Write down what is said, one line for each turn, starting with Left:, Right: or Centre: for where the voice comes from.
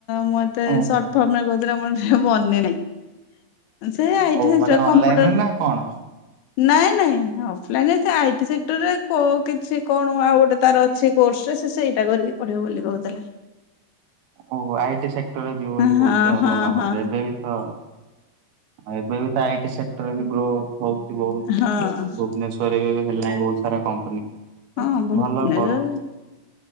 Left: ମତେ
Right: ଓହୋ।
Left: ସର୍ଟ ଫର୍ମରେ କହୁଥିଲା ମୋର ମନେ ନାହିଁ। <unintelligible> ସେଇ
Right: ଓ ମାନେ
Left: କମ୍ପ୍ୟୁଟର
Right: <unintelligible>
Left: ନାଇଁ ନାଇଁ ଅଫଲାଇନ ଆଇ ସେକ୍ଟରରେ କିଛି କଣ ଆଉ ଗୋଟେ ତାର ଅଛି କୋର୍ସ। ସେ ଏଇଟା କରିକି ପଢିବ ବୋଲି ସେ କୋହୁଥିଲା।
Right: ଓ ଆଇଟି ସେକ୍ଟରରେ ଯିବ ବୋଲି
Left: ହଁ
Right: କହୁଛି
Left: ହଁ
Right: ଆଉ ଭଲ ଭଲ
Left: ହଁ
Right: ଏବେ ବି ତ ଏବେ ବି ତ ଆଇଟି ସେକ୍ଟରରେ ବି ଗ୍ରୋଥ ହଉଛି ବହୁତ,
Left: ହଁ
Right: <unintelligible> ଭୁବନେଶ୍ୱରରେ ବି ହେଲାଣି ବହୁତ ସାରା କମ୍ପାନୀ।
Left: ହଁ ବୋହୁତ
Right: ଭଲ
Left: <unintelligible>
Right: କରୁ